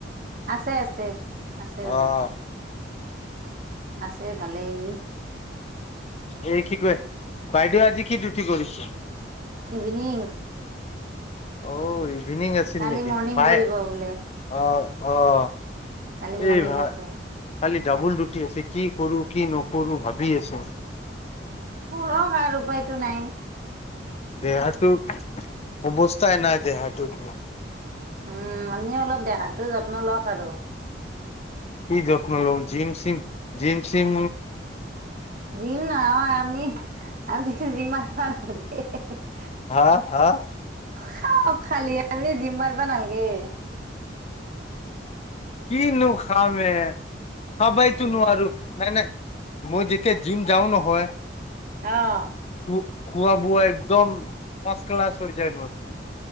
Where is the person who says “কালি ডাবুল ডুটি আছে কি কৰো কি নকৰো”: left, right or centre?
Left